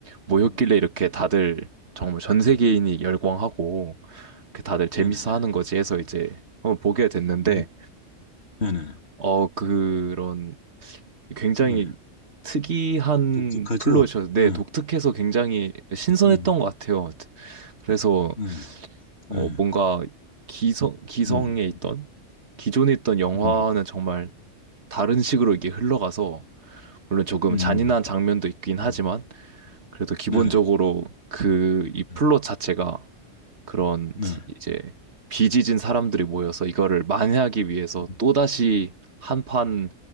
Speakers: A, on the right; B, on the left.
A: 뭐였길래
B: 음,
A: 이렇게 다들 정말 전 세계인이 열광하고 그렇게 다들 재밌어
B: 네네네.
A: 하는 거지 해서 이제 한번 보게 됐는데
B: 음, 네네네.
A: 어, 그런 굉장히
B: 네.
A: 특이한
B: 독특하죠?
A: 플롯이어서 네,
B: 네,
A: 독특해서 굉장히 신선했던
B: 네,
A: 것 같아요. 그래서
B: 네,
A: 어,
B: 네.
A: 뭔가 기성 기성에
B: 음,
A: 있던 기존에 있던 영화는
B: 음,
A: 정말 다른 식으로 이게 흘러가서 물론 조금
B: 음,
A: 잔인한 장면도 있긴 하지만
B: 음,
A: 그래도 기본적으로
B: 네,
A: 그 이 플롯
B: 음,
A: 자체가 그런
B: 네,
A: 사- 이제 비지진 사람들이 모여서 이거를 만회하기 위해서
B: 음,
A: 또다시 한판